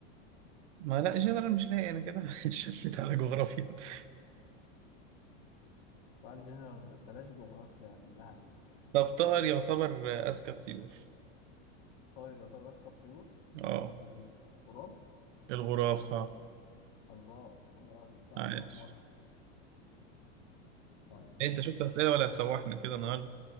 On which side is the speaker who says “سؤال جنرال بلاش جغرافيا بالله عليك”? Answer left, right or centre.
Left